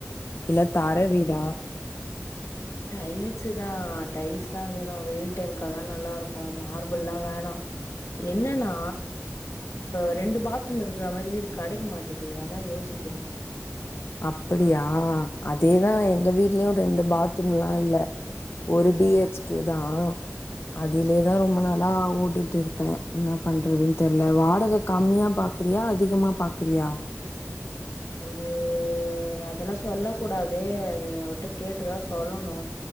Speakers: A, on the left (about 55°); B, on the left (about 80°).
A: இல்ல தர வீடா
B: டைல்ஸு தா டைல்ஸ் தா வேணோ வெயில் டைம்க்கு அதா நல்லாருக்கோ மார் பிள்லா வேணா என்னன்னா இப்ப ரெண்டு பாத்ரூம் இருக்குற மாரி வீடுக் கடைக்கமாட்டுது அதா யோசிக்குற
A: அப்படியா அதேதா எங்க வீட்லயு ரெண்டு பாத்ரூம் லா இல்ல ஒரு பி ஹெச் கே தா அதிலேதா ரொம்ப நாளா ஓட்டிட்டு இருக்க என்னா பண்றதுனு தெர்ல வாடக கம்மியா பாக் றியா அதிகமா பாக்குறியா
B: ஒரு அதெல்லா சொல்ல கூடாதே அது அவர்ட்ட கேட்டுதா சொல்லணோ